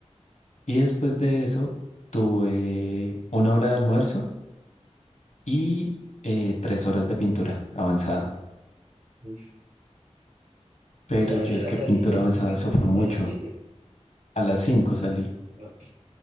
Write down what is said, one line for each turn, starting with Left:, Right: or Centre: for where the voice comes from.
Left: Y después de eso tuve una hora de almuerzo y eh, tres horas de pintura avanzada.
Right: Uf.
Left: Pero
Right: O sea,
Left: yo
Right: ¿a qué
Left: es
Right: hora
Left: que
Right: saliste
Left: pintura
Right: más
Left: avanzada
Right: o menos?
Left: sufro
Right: ¿Como
Left: mucho.
Right: a las 7?
Left: A las 5 salí.
Right: Ah, pf,